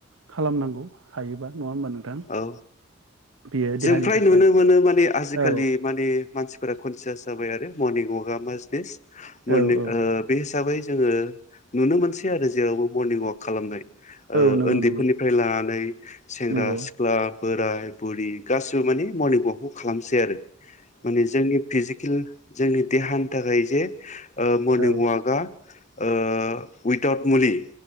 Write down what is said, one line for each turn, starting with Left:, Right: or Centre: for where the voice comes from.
Right: खालामनांगौ हायोबा नङा होमबा नोंथां?
Left: औ
Right: बियो
Left: जों
Right: देहानि
Left: फ्राय
Right: थाखाय
Left: नुनो मोनो माने आजिखालि
Right: औ
Left: माने मानसिफोरा कनसियास जाबाय आरो। मर्निं वाकआ मासत बि मोन
Right: औ औ
Left: ओ बे हिसाबै जोङो नुनो मोनसै आरो जेरावबो मर्निं अवाक खालामनाय। ओ
Right: औ नंगौ
Left: उन्दैफोरनिफ्राय
Right: नंगौ
Left: लानानै सेंग्रा
Right: नंगौ
Left: सिख्ला बोराय बुरि गासिबो माने मर्निं अवाकखौ खालामसै आरो माने जोंनि फिजिकेल जोंनि देहानि थाखाय जे मर्निं
Right: औ
Left: वाकआ ओ उइदाउट मुलि